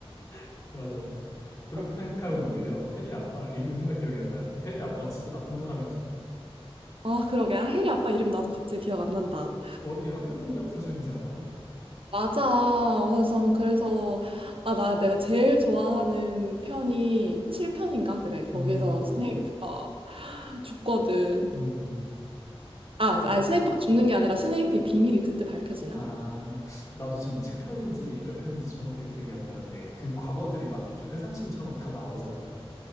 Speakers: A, on the left; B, on the right.
A: <laughs> 맞아, 맞아. 그렇게
B: 어.
A: 생각하면 오히려 해리 아빠 이름이 순간 기억이 안 나는데 해리 아빠가 진짜 나쁜 사람인 거
B: 아, 그러게. 아, 해리 아빠 이름 나도 갑자기 기억 안 난다.
A: 거의 학교 폭력 수준이잖아.
B: 맞아. 그래서 그래서 아, 나 내가 제일 좋아하는 편이 7편인가 그래. 거기서
A: <laughs> 음,
B: 스네이프가 죽거든.
A: 음.
B: 아,
A: 그-
B: 아 스네이프가 죽는 게 아니라 스네이프의 비밀이 그때 밝혀지나?
A: 아, 나도 지금 7편인지 몇 편인지 정확하게 기억이 안 나는데 그 과거들이 막 이렇게 회상씬처럼 다 나오잖아.